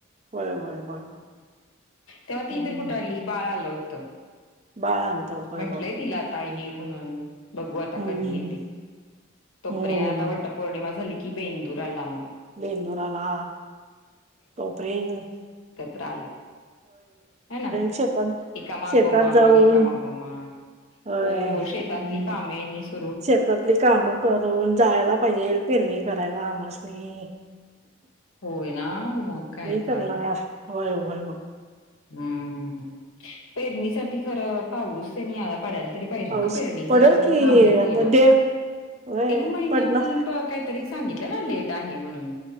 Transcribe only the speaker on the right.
होय होय होय
हम्म
बाळ आणत होय
होय
हम्म
हम्म
हम्म
बेदुर आला तो प्रयन्त
शेतात
शेतात जाऊन
होय
हम्म
शेतातली कामं करून जायाला पाहिजेल पेरणी करायला आमास्नी
करणार होय, होय ओ
पाऊस
पडेल
की
आता
देव होय
पडणार